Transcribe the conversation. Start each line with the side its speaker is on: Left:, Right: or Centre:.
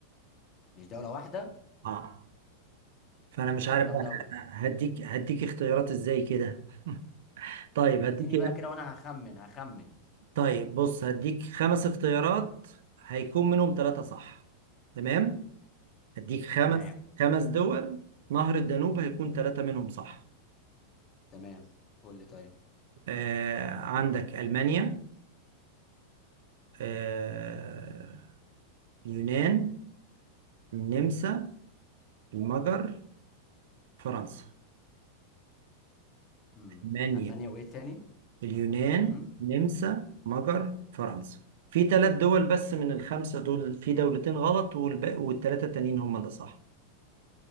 Left: مش دولة واحدة
Right: اه فأنا مش
Left: امال
Right: عارف
Left: كام
Right: بقى
Left: دولة
Right: هديك هديك اختيارات ازاي كده <laughs> طيب هديك
Left: اديني بقى كده وانا هخمن هخمن
Right: طيب بص هديك خمس اختيارات هيكون منهم ثلاثة صح تمام هديك خمس
Left: تمام
Right: خمس دول نهر الدانوب هيكون ثلاثة منهم صح
Left: تمام قول لي طيب
Right: آه عندك ألمانيا آه اليونان النمسا المجر فرنسا
Left: امم
Right: ألمانيا
Left: المانيا وايه تاني
Right: اليونان
Left: امم
Right: النمسا مجر فرنسا في ثلاث دول بس من الخمسة دول في دولتين غلط والباقي والثلاثة التانيين هم اللي صح